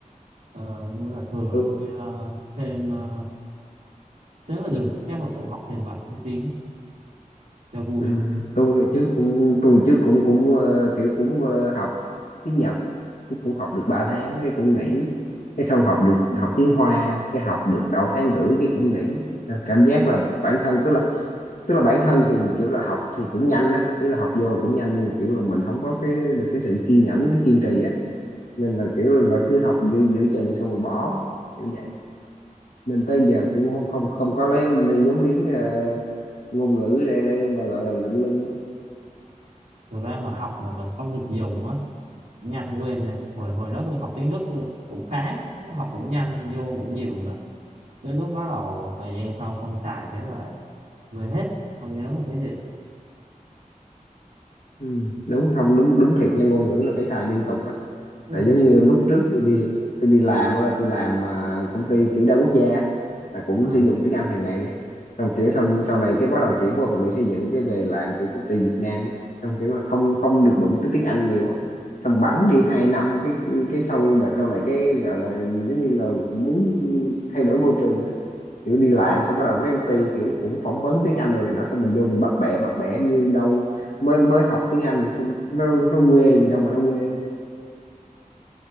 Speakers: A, on the right; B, on the left.
A: ờ, nên là thường
B: tôi
A: là tôi ờ, thêm ờ, thế là được chắc là cũng học thêm vài cái tiếng cho vui
B: Ừ. Tôi hồi trước cũng tôi trước cũng cũng ờ, kiểu cũng ờ, học tiếng Nhật cái cũng học được 3 tháng cái cũng nghỉ cái xong học được học tiếng Hoa cái học được đầu tháng rưỡi cái cũng nghỉ Nên cảm giác là bản thân tức là tức là bản thân thì kiểu là học thì cũng nhanh á ý là học vô cũng nhanh nhưng mà kiểu là mình không có cái được cái sự kiên nhẫn với kiên trì á nên là kiểu là cứ học giữa giữa chừng xong rồi bỏ kiểu vậy nên tới giờ cũng không không không có lấy, lấy vốn liếng ờ, ngôn ngữ để để mà gọi là lận lưng
A: thật ra mà học mà mình không được dùng á nhanh quên nè hồi hồi đó tôi học tiếng Đức tôi cũng khá học cũng nhanh vô cũng nhiều rồi. tới lúc bắt đầu một thời gian sau không xài thế là quên hết không nhớ một cái gì
B: Ừ, đúng không đúng đúng thiệt nha ngôn ngữ là phải xài liên tục á
A: tức
B: tại
A: là
B: giống
A: như
B: như lúc trước tôi đi tôi đi làm á là tôi làm à, công ty kiểu đa quốc gia á, là cũng
A: à,
B: sử dụng tiếng Anh hàng ngày á xong kiểu xong sau này cái bắt đầu chuyển qua vật liệu xây dựng cái về làm kiểu công ty Việt Nam á xong kiểu là không không được đụng tới tiếng Anh nhiều á xong bẵng đi 2 năm cái cái sau đợt sau này cái gọi là giống như là muốn thay đổi môi trường á kiểu đi làm xong bắt đầu mấy công ty kiểu cũng phỏng vấn tiếng Anh rồi này nọ xong mình vô mình bập bẹ bập bẹ như đâu mới mới học tiếng Anh thì xong nó nó quê gì đâu mà nó quê